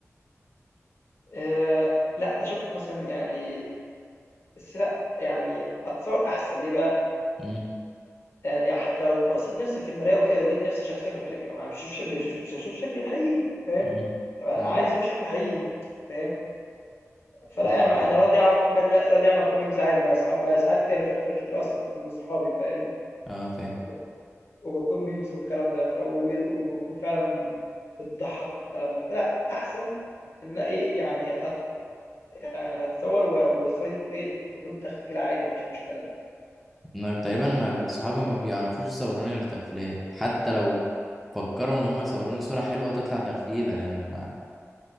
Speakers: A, on the left; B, in the centre.
A: آآ لأ أشوف مثلًا يعني بس لأ، يعني أتصور أحسن ليه بقى؟
B: مم.
A: يعني حتى لو بصّيت نفسي في المراية وكده ولقيت نفسي شخصية كرتونية ما مش هاشوف مش هاش مش هاشوف شكلي الحقيقي فاهم،
B: مم.
A: طَب أنا
B: اه
A: عايز أشوف شكلي الحقيقي فاهم، فلأ
B: اه
A: ما
B: آه،
A: أنا راضي أعمل أنا راضي أعمل أكون memes عادي ما أصحا ما ساعات كده باتغفل كتير أصلًا من أصحابي فاهم،
B: آه، فاهم
A: وب وباكون memes والكلام ده ف وب وباكون فعلًا بتضحّك والكلام ده، فلأ أحسن إن أنا إيه يعني أت يعني أتصوّر و والصورة دي تكو إيه تكون تخفيلة عادي ما فيش مشكلة،
B: إنه تقريبا ما صحابي ما بيعرفوش يصوروني غير تغفيلات حتى لو فكروا ان هم يصوروني صورة حلوة هتطلع تغفيلة لان ما